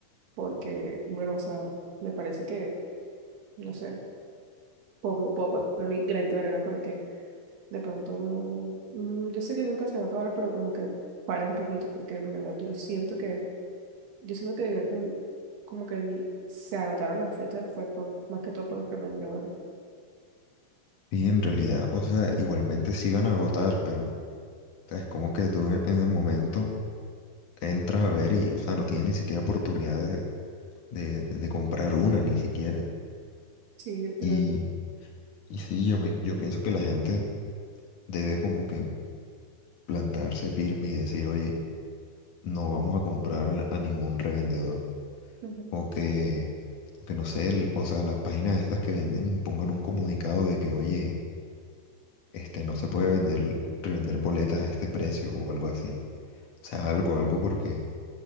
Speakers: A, on the right (about 75°); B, on the left (about 60°).
A: porque, bueno, o sea, me parece que, no sé, puedo, puedo poner mi granito de arena para que De pronto no, mm, yo sé que nunca se va a acabar, pero como que pare un poquito, porque en verdad yo siento que, yo siento que de verdad como que ni- se agotaron las fechas, fue por, más que todo por los revendedores.
B: Sí, en realidad, o sea, igualmente sí van a agotar, pero o sea, es como que tú en en el momento entras a ver y, o sea, no tienes ni siquiera oportunidad de, de- de- de comprar una, ni siquiera.
A: Sí, literal.
B: Y, y sí, yo, me- yo pienso que la gente debe como que plantarse firme y decir, oye, no vamos a comprar a ningún revendedor.
A: Ujú,
B: O que, o que no sé, el- o sea, las páginas estas que venden pongan un comunicado de que, oye, este, no se puede vender, revender boletas a este precio o algo así. O sea, algo, algo porque...